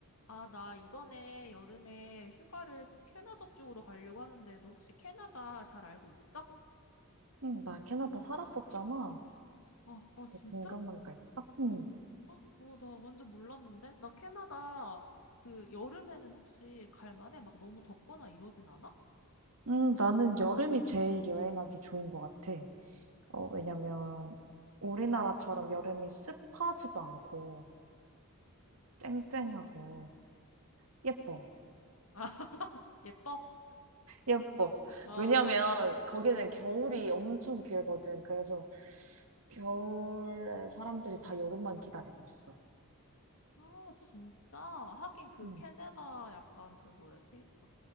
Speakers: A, on the left; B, on the right.
A: 아, 나 이번에 여름에 휴가를 캐나다 쪽으로 가려고 하는데, 너 혹시 캐나다 잘 알고 있어?
B: 응, 나 캐나다 살았었잖아.
A: 아, 아, 진짜?
B: 뭐 궁금한 거 있어? 응.
A: 어, 어, 나 완전 몰랐는데? 나 캐나다 그 여름에는 혹시 갈 만해? 막 너무 덥거나 이러진 않아?
B: 음, 나는 여름이 제일 여행하기 좋은 것 같아. 어, 왜냐면 우리나라처럼 여름이 습하지도 않고 쨍쨍하고 예뻐.
A: <laughs> 예뻐?
B: 예뻐.
A: 아,
B: 왜냐면 거기는 겨울이 엄청 길거든. 그래서 겨울에 사람들이 다 여름만 기다리고 있어.
A: 아, 진짜? 하긴 그
B: 응.
A: 캐나다 약간 그 뭐야지? 막